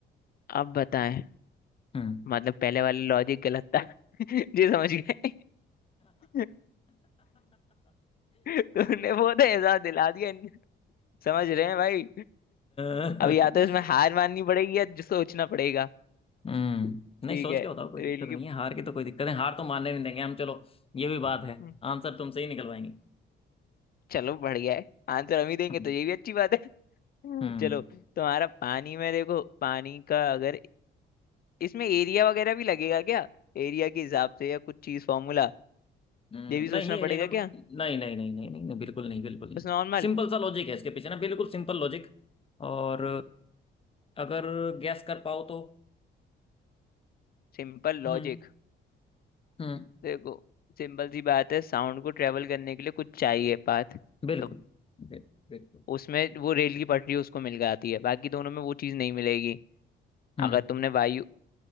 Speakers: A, on the left; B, on the left.
A: अब बताएं
B: हम्म
A: मतलब पहले वाला लॉजिक गलत था <laughs> जी समझ गए <laughs> तुमने वो तो एहसास दिला दिया समझ रहे हैं भाई
B: <laughs>
A: अब या तो इसमें हार माननी पड़ेगी या जो सोचना पड़ेगा
B: हम्म नहीं
A: ठीक
B: सोच
A: है
B: के बताओ कोई
A: रेल
B: दिक्कत नहीं है हार की तो कोई दिक्कत है हार तो मानने नहीं देंगे हम चलो ये भी बात
A: की
B: है आंसर तुमसे ही निकलवाएंगे
A: चलो बढ़िया है आंसर हम ही देंगे
B: हम्म
A: तो ये भी अच्छी बात है <laughs>
B: हम्म
A: चलो तुम्हारा पानी में देखो पानी का अगर इसमें एरिया वगैरह भी लगेगा क्या एरिया के हिसाब से या कुछ चीज फॉर्मूला
B: हम्म,
A: ये भी सोचना
B: नहीं ये
A: पड़ेगा
B: एरिया का कोई
A: क्या
B: नहीं नहीं नहीं नहीं नहीं नहीं बिल्कुल नहीं बिल्कुल नहीं
A: बस नॉर्मल
B: सिंपल सा लॉजिक है इसके पीछे ना बिल्कुल सिंपल लॉजिक और अगर गैस कर पाओ तो
A: Simple
B: हम्म
A: logic
B: हम्म
A: देखो सिंपल सी बात है साउंड को ट्रेवल करने के लिए कुछ चाहिए पाथ
B: बिल्कुल
A: तो
B: बिल- बिल्कुल
A: उसमें वो रेल की पटरी उसको मिल जाती है बाकी दोनों में वो चीज नहीं मिलेगी
B: हम्म
A: अगर तुमने वायु